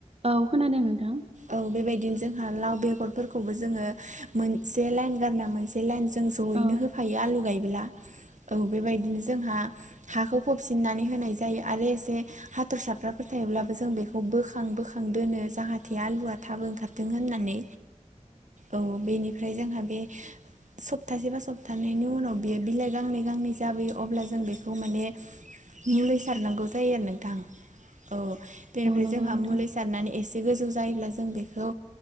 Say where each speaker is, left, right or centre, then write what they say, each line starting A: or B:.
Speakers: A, on the right (about 50°); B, on the right (about 65°).
A: औ खोनादों नोंथां
B: औ बेबायदिनो जों लाव बेगरफोरखंबो जोङो मोनसे लाइन गारना‌ मोनसे जों जयैनो
A: औ
B: होफायो आलु गायब्ला औ बेबायदिनो जोंहा हाखौ फबसिननानै होनाय जायो आरो एसे हाथरसाफ्रा फोथायब्लाबो जों बेखौ बोखां बोखां दोनो जाहाथे आलुआ थाबो ओंखारदों होननानै औ बेनिफ्राय जोंहा बे सप्तासे बा सप्तानैनि उनाव बियो बिलाइ गांनै गांनै जाबोयो अब्ला जों बेखौ माने मुलि सारनांगौ जायो आरो नोंथां औ बेनिफ्राय
A: औ नंगौ
B: जोंहा
A: नोंथां
B: मुलि सारनानै एसे गोजौ जायोब्ला जों बेखौ